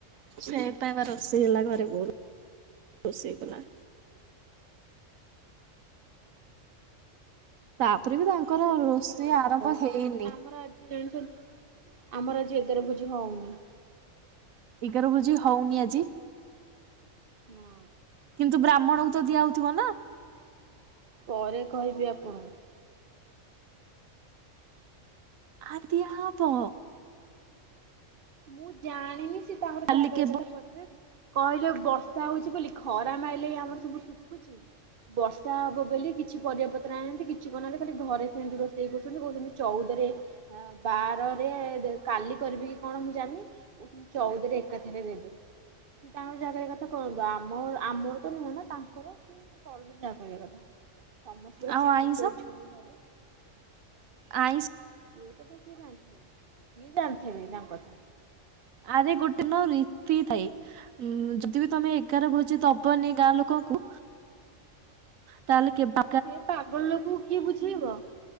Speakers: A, on the right; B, on the right.
A: କିଛି ନାହିଁ ତାଙ୍କ ରୋଷେଇ ହେଲା ଘରେ ଗୋରୁ ରୋଷେଇ କଲା। ତାପରେ ବି ତାଙ୍କର
B: ଆମର
A: ରୋଷେଇ
B: ନୁହଁ
A: ଆରମ୍ଭ ହେଇନି।
B: <unintelligible> ଆମର ଆଜି ଏଗାର ଭୋଜି ହଉନି।
A: ଏଗାର ଭେଜି ହଉନି ଆଜି?
B: ନା।
A: କିନ୍ତୁ ବ୍ରାହ୍ମଣଙ୍କୁ ତ ଦିଆ ହଉଥିବ ନା?
B: ପରେ କହିବି ଆପଣଙ୍କୁ।
A: ଆ ଦିଆ ହବ।
B: ମୁଁ ଜାଣିନି ସି ତାଙ୍କର
A: କାଲି
B: ଯାହା କରିବା
A: କେବ
B: କଥା କରିବେ କହିଲେ ବର୍ଷା ହଉଛି ବୋଲି ଖରା ମାଇଲେ ଆମର ସବୁ ଶୁଖୁଛି। ବର୍ଷା ହବ ବୋଲି କିଛି ପରିବା ପତ୍ର ଆଣିନାହାନ୍ତି କିଛି କହୁନାହାନ୍ତି ଖାଲି ଘରେ ସେମିତି ରୋଷେଇ କରୁଛନ୍ତି କହୁଛନ୍ତି। ଚଉଦରେ ବାରରେ କାଲି କରିବି। କଣ ମୁଁ ଜାଣିନି କହୁ ଚଉଦରେ ଏକାଥେରେ ଦେବେ। ସେ ତାଙ୍କର ଯାହା କରିବା କଥା କରନ୍ତୁ ଆମ ଆମର ତ ନୁହଁ ନା ତାଙ୍କର ସିଏ କରନ୍ତୁ ଯାହା କରିବା କଥା ସମସ୍ତେ ପୁରା
A: ଆଉ
B: ଚିଡିକି
A: ଆଇଁଷ
B: ଅଛନ୍ତି ଘରେ।
A: ଆଇଁସ୍
B: ଏଇ କଥା ସିଏ ଜାଣିଥେବେ କିଏ ଜାଣିଥେବେ ତାଙ୍କ କଥା।
A: ଆରେ ଗୋଟେନ ରିତି ଥାଏ। ଉଁ ଯଦି ବିି ତମେ ଏଗାର ଭୋଜି ଦବନି ଗାଁ ଲୋକଙ୍କୁ ତାହେଲେ କେବାମ
B: ସେ ପାଗଳ ଲୋକଙ୍କୁ କିଏ ବୁଝେଇବ